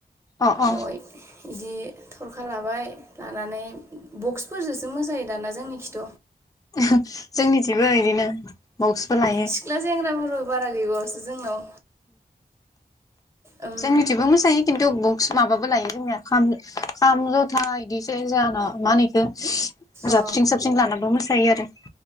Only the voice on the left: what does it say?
अ अ
जोंनिथिंबो बिदिनो बक्सफोर लायो।
जोंनिथिबो मोसायो खिन्थु बक्स माबा लायो जोंनिया खाम-खाम जथा इदि सेरजा मा होनो बेखौ
जाबस्रिं साबस्रिं लानाबो मोसा थायो आरो।